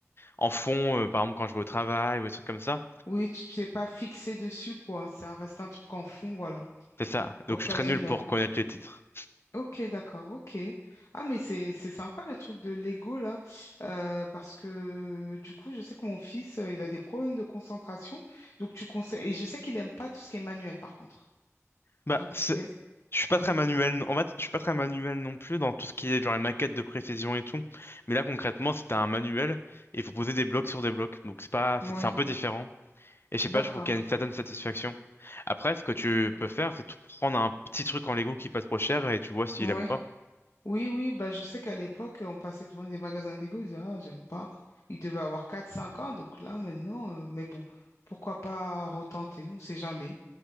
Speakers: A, on the left; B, on the left.
A: en fond, euh, par exemple quand je vais au travail ou des trucs comme ça.
B: oui, tu tu t'es pas fixé dessus, quoi. Ça reste un truc en fond, voilà,
A: C'est ça. Donc,
B: occasionnel.
A: je suis très nul pour connaître les titres.
B: Ok, d'accord, ok. Ah, mais c'est c'est sympa le truc de Lego, là, euh, parce que du coup, je sais que mon fils, euh, il a des problèmes de concentration, donc tu conseilles, et je sais qu'il aime pas tout ce qui est manuel, par contre.
A: Bah,
B: Donc,
A: c'est-
B: est-
A: Je suis pas
B: ouais,
A: très manuel, non- en fait, je suis pas très manuel non plus dans tout ce qui est genre les maquettes de précision et tout. Mais là, concrètement, c'était un manuel et il faut poser des blocs sur des blocs. Donc c'est pas, c'est
B: ouais,
A: c'est un peu différent. Et je sais
B: d'accord,
A: pas, je trouve qu'il y a une certaine satisfaction. Après, ce que tu peux faire, c'est tout prendre un petit truc en Lego qui est pas trop cher et tu vois s'il
B: ouais.
A: aime ou pas.
B: Oui, oui, bah, je sais qu'à l'époque, on passait devant des magasins d'ego, ils disaient, ah, j'aime pas. Il devait avoir quatre, cinq ans, donc là, maintenant, euh, mais bon, pourquoi pas retenter, on sait jamais.